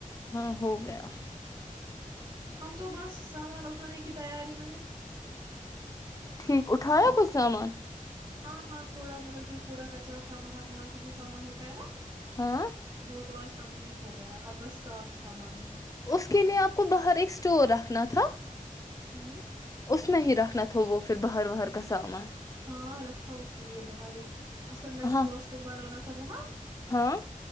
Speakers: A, on the left; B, on the right.
A: ہاں ہو گیا
B: ہم تو بس سامان اٹھانے کی تیاری میں نے
A: ٹھیک اٹھایا کوچئی سامان
B: ہاں ہاں تھوڑا مطلب جو کوڑا کچرا تھا باہر باہر سے جو سامان ہوتا ہے نا
A: ہاں
B: وہ تو کمپلیٹ ہو گیا اب بس صاف سامان ہے
A: اس کے لیئے آپ کو باہر ایک اسٹور رکھنا تھا
B: ہوں
A: اس میں ہی رکھنا تھا وہ پھر باہر واہر کا سامان
B: ہاں رکھا اس کے لیے باہر اصل میں تو
A: ہاں
B: واش روم بنانا تھا سب ہاں
A: ہاں